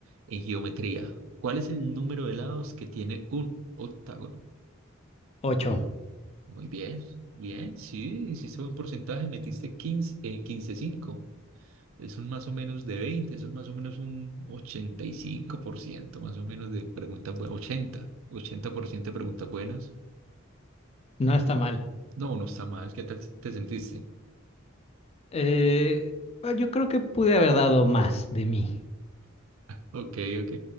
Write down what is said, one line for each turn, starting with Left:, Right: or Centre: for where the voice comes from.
Right: en geometría. ¿Cuál es el número de lados que tiene un octágono?
Left: Ocho.
Right: Muy bien, bien, sí, hiciste un porcentaje, metiste 15 eh, 15.5. Eso es un más o menos de 20 eso es más o menos un 85% más o menos de preguntas buenas, 80, 80% de preguntas buenas.
Left: No está mal.
Right: No, no está mal, ¿qué tal si te sentiste?
Left: Eh, bueno, yo creo que pude haber dado más de mí.
Right: Ok, ok.